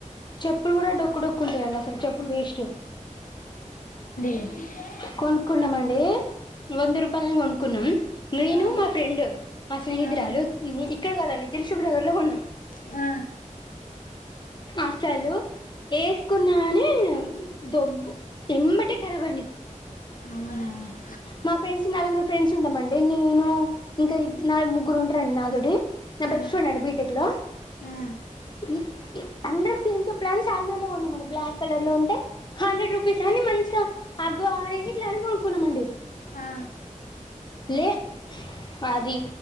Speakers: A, on the left; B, on the left.
A: చెప్పులు కూడా డొక్కు డొక్కు ఉంటాయండి అసలు చెప్పులు వేస్ట్
B: అ
A: కొనుక్కున్నాం అండి వంద రూపాయలని కొనుక్కున్నాం నేను
B: ఆ,
A: మా ఫ్రెండ్ మ స్నేహితురాలు
B: ఆ,
A: ఇక్కడ కదండి దిల్షుకు నగర్ లో కొన్నాం
B: ఆ
A: అసలు వేసుకున్న గాని దొబ్బు ఎంబటె కరాబ్ అండి
B: అవున
A: మా ఫ్రెండ్స్ నలుగురు ఫ్రెండ్స్ ఉంటామండి నేను ఇంకా ముగ్గురు ఉంటారండి నాతోటి నా
B: ఆ,
A: బెస్ట్ ఫ్రెండ్ అండి బిటెక్ లో
B: ఆ,
A: ఈ అందరం సేమ్ చెప్పులని చార్మినార్లో కోన్నామండి బ్లాక్ కలర్ లో ఉంటే హండ్రెడ్ రూపీస్ అని మంచిగా అగ్గు ఆడేసి ఇట్లా అని కొనుకున్నామండి.
B: ఆ,
A: లే అది